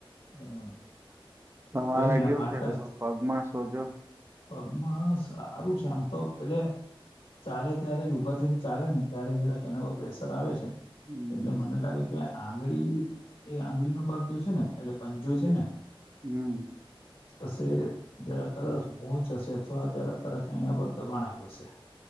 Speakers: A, on the left; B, on the right.
A: બરાબર.
B: તમારે
A: કઈ નઈ
B: કેવું
A: આ પાંચ
B: છે
A: ટાસ
B: બધું પગમાં સોજો.
A: પગમાં સારું છે આમ તો એટલે ચાલે ત્યારે જ ઊભા થીઈ ચાલે ને ત્યારે જરાક એના ઉપર પ્રેશર આવે છે.
B: હમ
A: એટલે મને લાગે આંગળી એ આંગળીનો ભાગ જો છે ને એટલે પંજો છે ને
B: હમ.
A: હશે જરા તરસ મોચ હશે અથવા જરા તરસ એના પર દબાણ આવ્યું હશે